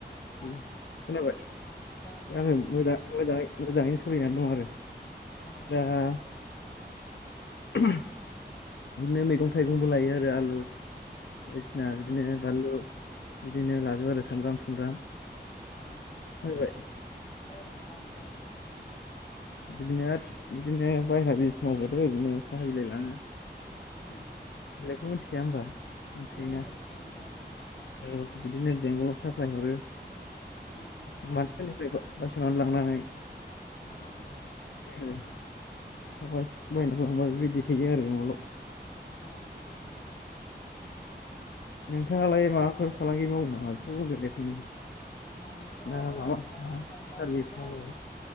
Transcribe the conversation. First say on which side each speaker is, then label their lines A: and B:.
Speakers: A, on the left; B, on the left.
A: ओं
B: ओम खोनाबाय
A: ओं
B: आङो
A: ओं
B: मोजा
A: ओं
B: मोजाङै मोजाङैनो सोलिनानै दं आरो
A: ओं
B: दा
A: नोंथां
B: <unintelligible> बिदिनो मैगं थाइगंबो लायो आरो आलु बायदिसिना
A: ओं
B: बिदिनो बानलु बिदिनो लाजोबो आरो सामब्राम थुमब्राम
A: औ ओं
B: होबाय
A: नोंथां खोनादों नोंथां।
B: बिदिनो आरो बिदिनो बायेरा बिजनेस मावबाथ' ओरैनो साहा बिलाइ लाङो।
A: औ
B: बेखौ मोनथिखाया होमबा मिथिखायोना
A: नों मिथिया नोंथां मिथिया।
B: औ बिदिनो बेंगलाव साप्लाय हरो
A: ओं नोंथां
B: मानसिनिफ्राय बा-बायस'नानै लांनानै
A: ओं नोंथां
B: <unintelligible> बिबाइदि देखायो आरो। फल'।
A: आ दा
B: नोंथाङालाय माबाफोर फालांगि मावो नामा बेखौ बुंदो‌ दे फंनैसो।
A: मावनायाथ'
B: ना माबा
A: आं माव
B: ना
A: मावनायाथ'
B: सारभिस मावो